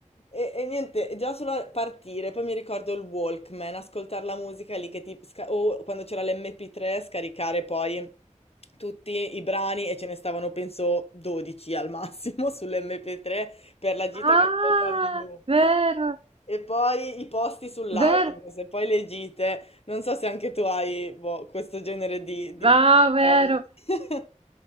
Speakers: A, on the left; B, on the right.
A: E, e niente, già solo a partire, poi mi ricordo il Walkman, ascoltare la musica lì che ti... sca- o quando c'era l'MP3 scaricare poi tutti i brani e ce ne stavano penso 12 al massimo <laughs> sull'MP3 per la gita
B: Ah,
A: che ascoltavi in loop.
B: vero,
A: E poi i posti sull'autobus,
B: vero,
A: e poi le gite. Non so se anche tu hai, boh, questo genere di... di...
B: va, vero.
A: <laughs>